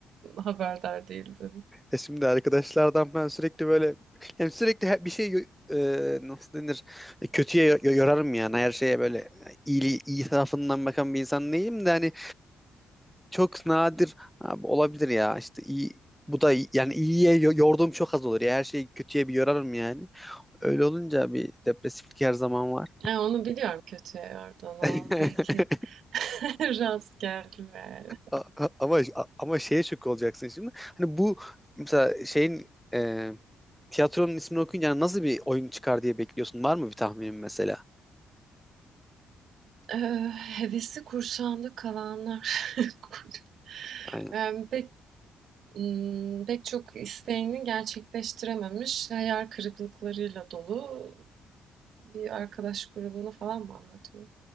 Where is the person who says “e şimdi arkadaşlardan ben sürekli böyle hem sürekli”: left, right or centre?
Centre